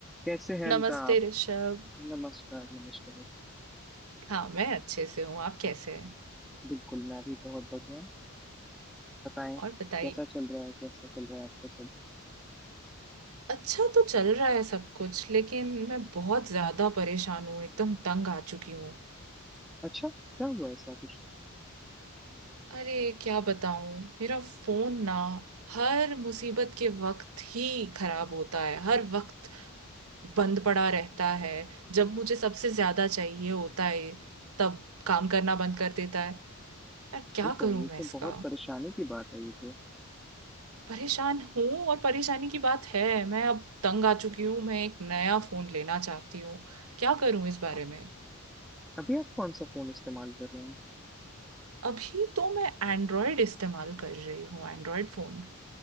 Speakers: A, in the centre; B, on the right.
A: कैसे हैं
B: नमस्ते
A: इनका आप
B: ऋषभ
A: नमस्कार नमस्कार
B: हाँ मैं अच्छे से हूँ आप कैसे हैं
A: बिल्कुल मैं भी बहुत बढ़िया हूँ। बताएं
B: और बताइए
A: कैसा चल रहा है कैसा चल रहा है आपका सब
B: अच्छा तो चल रहा है सब कुछ लेकिन मैं बहुत ज्यादा परेशान हूँ एकदम तंग आ चुकी हूँ
A: अच्छा क्या हुआ ऐसा कुछ
B: अरे क्या बताऊँ मेरा फोन ना हर मुसीबत के वक्त ही खराब होता है हर वक्त बंद पड़ा रहता है जब मुझे सबसे ज्यादा चाहिए होता है तब काम करना बंद कर देता है यार क्या
A: ओहो
B: करूँ
A: ये तो
B: मैं इसका
A: बहुत परेशानी की बात है ये तो
B: परेशान हूँ और परेशानी की बात है मैं अब तंग आ चुकी हूँ मैं एक नया फोन लेना चाहती हूँ क्या करूँ इस बारे में
A: अभी आप कौन सा फोन इस्तेमाल कर रहे हैं
B: अभी तो मैं एंड्रॉयड इस्तेमाल कर रही हूँ एंड्रॉयड फोन